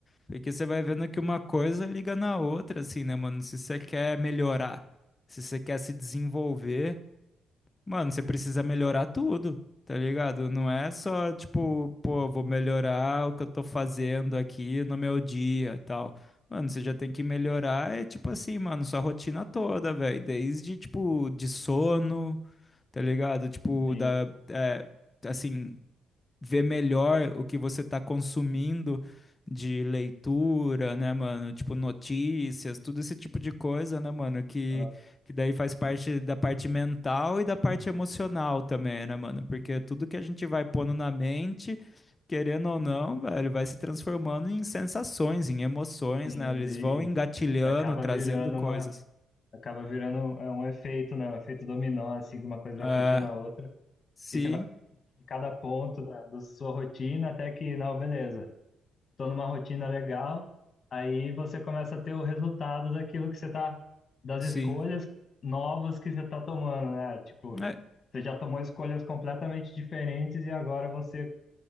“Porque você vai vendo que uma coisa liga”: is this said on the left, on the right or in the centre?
Left